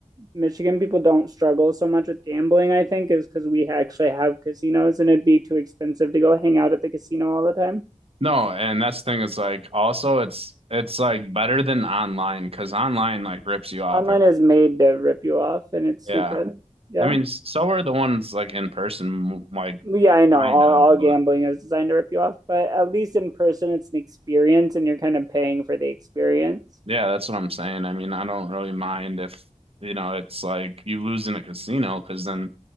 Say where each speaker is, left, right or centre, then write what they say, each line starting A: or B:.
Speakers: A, on the right; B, on the right.
A: Michigan people don't struggle so much with gambling, I think, is because we actually have casinos and it'd be too expensive to go hang out at the casino all the time.
B: no, and that's the thing is like also it's it's like better than online because online like rips you off
A: Online
B: every,
A: is made to rip you off and it's stupid.
B: yeah.
A: Yeah.
B: I mean, s- so are the ones like in person m- like
A: Well, Yeah, I know.
B: kind
A: All,
B: of,
A: all
B: but
A: gambling is designed to rip you off, but at least in person, it's an experience and you're kind of paying for the experience.
B: Yeah, that's what I'm saying. I mean, I don't really mind if, you know, it's like you lose in a casino because then